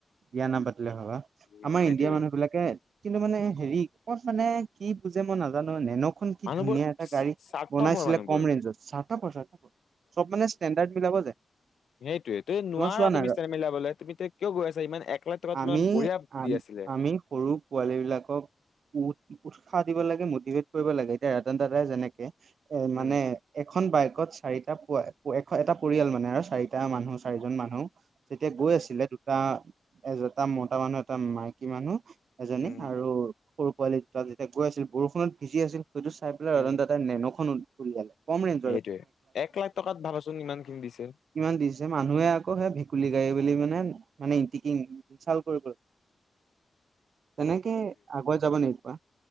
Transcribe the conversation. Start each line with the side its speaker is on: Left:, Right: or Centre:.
Right: বিয়া নাপাতিলে ভাবা
Left: উম
Right: আমাৰ
Left: সেইটোৱে
Right: ইণ্ডিয়া মানুহ বিলাক। কে কিন্তু মানে হেৰি ক'ত মানে কি বুজে মই নাজানো মেহনত খন কি
Left: মানুহবোৰ
Right: ধুনীয়া এটা গাড়ী
Left: স্বাৰ্থপৰ
Right: বনাইছিলে
Left: মানুহবোৰ
Right: কম ৰেঞ্জত চাৰঠপৰ চাৰঠপৰ। চব মানে ষ্টেণ্ডাৰ্ড মিলাব যায়।
Left: সেইটোয়ে তই নোৱাৰা
Right: তোমাৰ চোৱা
Left: তুমি
Right: না
Left: ষ্টেন্ড মিলাবলৈ তুমি কিয় গৈ আছা ইমান এক লাখ টকা
Right: আমি
Left: তোমাৰ বঢ়িয়া।
Right: আম
Left: দি আছিলে
Right: আমি সৰু পোৱালী বিলাকক উ উৎসাহ দিব লাগে মটিভেট কৰিব লাগে এতিয়া ৰটন টাটাই যেনেকে এ
Left: উম
Right: মানে এখন বাইকত চাৰিটা এ এটা পৰিয়াল মানে আৰু চাৰিটা মানুহ চাৰিজন মানুহ যেতিয়া গৈ আছিলে এটা এটা মতা মানুহ এটা মাইকী মানুহ এজনী
Left: উম
Right: আৰু সৰু পোৱালি তাত যেতিয়া গৈ আছিল বৰষুণত ভিজি আছিল সেইটো চাই পেলাই
Left: উম
Right: ৰতন টাটাই নেনখন উলিয়ালে কম ৰেঞ্জ
Left: সেইটোৱে এক লাখ টকাত ভাবাচোন ইমান খিনি দিছে।
Right: ইমান দিছে মানুহে আকৌ সেই ভেকুলী গাড়ী বুলি মানে মানে ইটিকিং। ইঞাল কৰিব তেনেকে আগুৱাই যাব নেকি কোৱা।